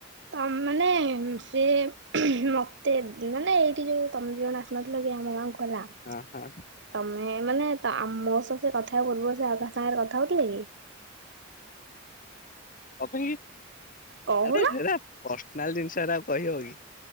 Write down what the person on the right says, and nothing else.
ଅ ନାଇଁ ସେ ମତେ ମାନେ ଟିକେ ତମେ ଦୀ ଜଣ ମତେ ଲାଗେ ମୁ ହିଁ ଖରାପ।
ତମେ ମାନେ ମୋ ସହ ସେ କଥା ହେବା ପୂର୍ବରୁ, ସ ଆଉ କାହା ସାଙ୍ଗରେ କଥା ହଉଥିଲେ କି?
କହୁନ